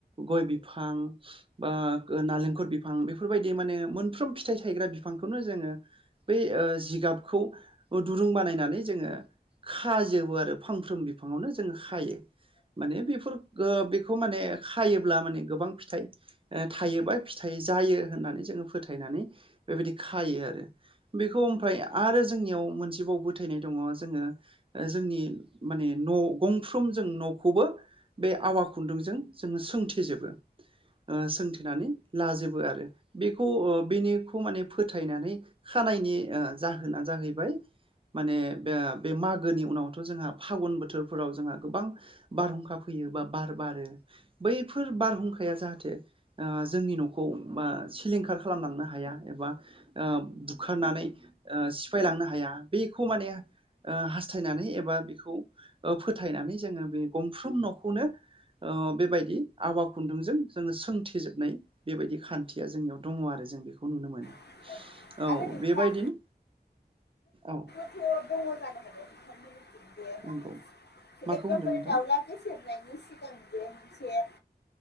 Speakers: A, on the right (about 30°); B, on the left (about 80°).
A: गय बिफां। बा नालेंखर बिफां बेफोरबायदि माने मोनफ्रोम फिथाइ थायग्रा बिफांखौनो जोंङो बै ओ जिगाबखौ दुरुं बानायनानै जोंङो खाजोबो आरो फांफ्रोम बिफांवनो जोंङो खायो। माने बेफोर ओ बेखौ माने खायोब्ला माने गोबां फिथाइ ओ थायोबा फिथाइ जायो होननानै जोंङो फोथायनानै बेबायदि खायो आरो बेखौ ओमफ्राय आरो जोंनियाव मोनसेबाव फोथायनाय दङ जोंङो ओ जोंनि माने न' गंफ्रोम जों न'खौबो बे आवा खुन्दुंजों जोंङो सोंथेजोबो। ओ सोंथेनानै लाजोबो आरो बेखौ बेनिखौ माने फोथायनानै खानायनि जाहोना जाहैबाय माने बे बे मागोनि उनावथ' जोंहा फागुन बोथोर फोराव जोंहा गोबां बारहुंखा फैयो बा बार बारो बैफोर बारहुंखाया जाहाथे ओ जोंनि न'खौ बा सिलिंखार खालामलांनो हाया एबा ओ बुखारनानै सिफायलांनो हाया बेखौ माने ओ हास्थायनानै एबा बेखौ ओक्षफोथायनानै जोंङो बे गंफ्रोम न'खौनो ओ बेबायदि आबा खुन्दुंजों जोंङो सोंथिजोबनाय बेबायदि खान्थिया जोंनियाव दङ आरो जों बेखौ नुनो मोनो।
B: <inaudible>
A: औ
B: नोंथां
A: बेबायदिनो औ
B: अ दङ जानोहागो <unintelligible>
A: नंगौ माखौ
B: एदमबारे
A: होनदों नोंथां
B: दाउला गसेेरनायनि सिगां बे मोनसे